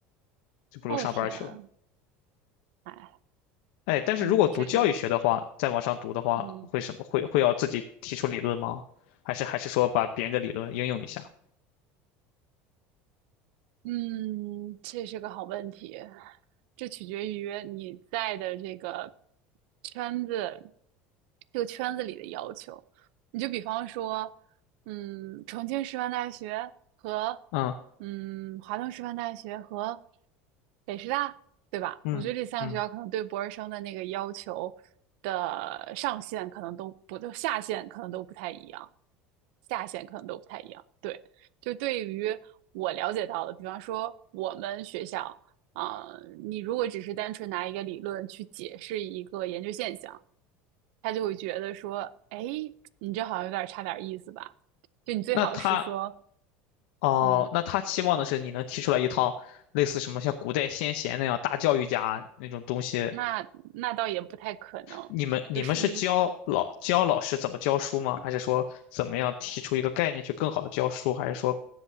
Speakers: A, on the left (about 75°); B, on the right (about 80°).
A: 就不如上班去了。
B: 哦天啊，哎，
A: 哎，但是如果读教育学的话，
B: 嗯，我这边，
A: 再往上读的话，
B: 嗯，
A: 会什么会会要自己提出理论吗？还是还是说把别人的理论应用一下？
B: 嗯，这是个好问题，这取决于你在的这个圈子，这个圈子里的要求。你就比方说，嗯，重庆师范大学和
A: 嗯
B: 嗯华东师范大学和北师大，对吧？
A: 嗯嗯，
B: 我觉得这三个学校可能对博士生的那个要求的上限可能都不，都下限可能都不太一样，下限可能都不太一样，对。就对于我了解到的，比方说我们学校啊、你如果只是单纯拿一个理论去解释一个研究现象，他就会觉得说，哎，你这好像有点差点意思吧？就你最好是说，
A: 那他哦，
B: 嗯，
A: 那他期望的是你能提出来一套类似什么像古代先贤那样大教育家那种东西，
B: 那那倒也不太可能，
A: 你们你们是教老教老师怎么教书吗？
B: 就是你
A: 还是说怎么样提出一个概念去更好的教书？还是说